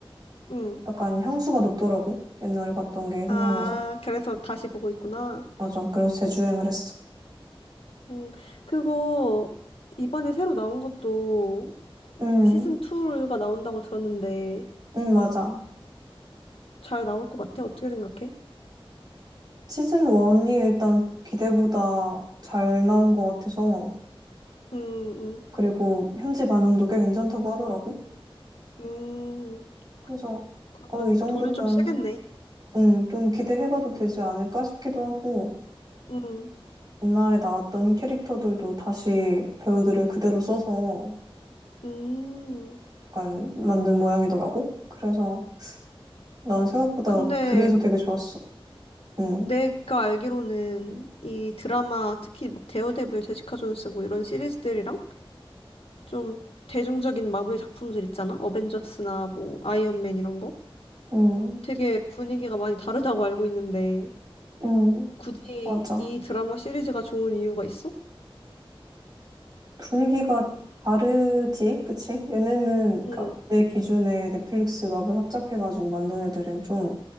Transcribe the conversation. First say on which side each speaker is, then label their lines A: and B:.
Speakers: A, on the left; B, on the right.
A: 응.
B: 약간 향수가 돋더라고. 옛날에 봤던 게 생각나서.
A: 아, 그래서 다시 보고 있구나.
B: 맞아. 그래서 재주행을 했어.
A: 응. 그거 이번에 새로 나온 것도
B: 응,
A: 시즌 2가 나온다고 들었는데
B: 응, 맞아.
A: 잘 나올 것 같아? 어떻게 생각해?
B: 시즌 1이 일단 기대보다 잘 나온 것 같아서,
A: 음, 음,
B: 그리고 현지 반응도 꽤 괜찮다고 하더라고.
A: 음.
B: 그래서,
A: 그러면
B: 어, 이 정도면,
A: 돈을 좀 쓰겠네.
B: 음. 음, 좀 기대해봐도 되지 않을까 싶기도 하고,
A: 음,
B: 옛날에 나왔던 캐릭터들도 다시 배우들을 그대로 써서
A: 음.
B: 약간 만든 모양이더라고. 그래서 난 생각보다
A: 근데
B: 그래서 되게 좋았어. 음,
A: 내가 알기로는 이 드라마 특히 막 데어데블, 제시카 존스 뭐 이런 시리즈들이랑 좀 대중적인 마블 작품들 있잖아. 어벤져스나 뭐 아이언맨 이런 거.
B: 음,
A: 되게 분위기가 많이 다르다고 알고 있는데
B: 음,
A: 굳이
B: 맞아.
A: 이 드라마 시리즈가 좋은 이유가 있어?
B: 분위기가 다르지, 그치? 얘네는,
A: 응.
B: 그니까, 내 기준에 넷플릭스 마블 합작해가지고 만든 애들은 좀,